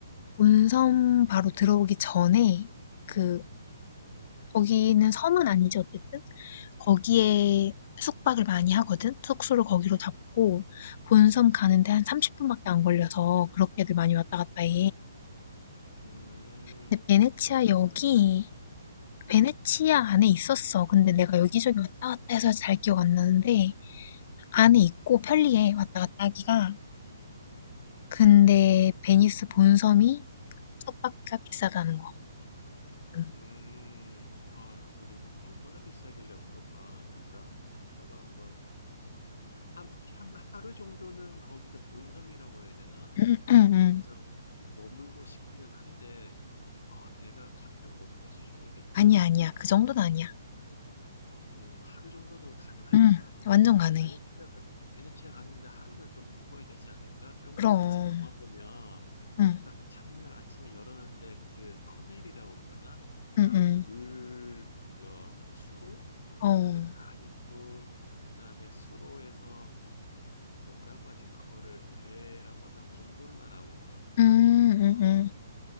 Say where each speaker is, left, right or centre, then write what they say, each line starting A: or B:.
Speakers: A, on the left (about 45°); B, on the left (about 80°).
A: 본섬 바로 들어오기 전에 그 거기는 섬은 아니지, 어쨌든. 거기에 숙박을 많이 하거든? 숙소를 거기로 잡고, 본섬 가는데 한 30분밖에 안 걸려서 그렇게들 많이 왔다 갔다 해.
B: 음,
A: 근데 베네치아
B: 그 뭐 비싸니까.
A: 역이,
B: 음,
A: 베네치아 안에 있었어. 근데 내가 여기저기 왔다 갔다 해서 잘 기억 안 나는데, 안에 있고 편리해, 왔다 갔다 하기가. 근데 베니스 본섬이 숙박비가 비싸다는 거. 음.
B: 음, 아, 거긴 얼마나 비싸길래 그럴까? 진짜 나도 한번 한, 한, 하루 정도는 거기서 본섬이라고 해야 되나?
A: 음, 음, 음.
B: 그런 데서 머물고 싶기는 한데, 아, 내가 감당 못할 수준이겠지?
A: 아니야, 아니야. 그 정도는 아니야.
B: 음, 하루 정도는 가능할까?
A: 음, 완전 가능해.
B: 근데 베네치아, 가- 베네치아 갔는데 하루는 좀 묵어야 되지 않을까? 그런
A: 그럼.
B: 거 있잖아. 영화 보면
A: 응.
B: 딱 창문을 아침에 열었는데 그 커넬이라고 그러나? 그런
A: 응응.
B: 물, 그거, 수로?
A: 어.
B: 그게 딱 있고, 그 다음에 수로에서 뭐라고 하지? 그거를 배라고 하나? 곤돌라라고 그러나?
A: 음.
B: 거기서
A: 음음.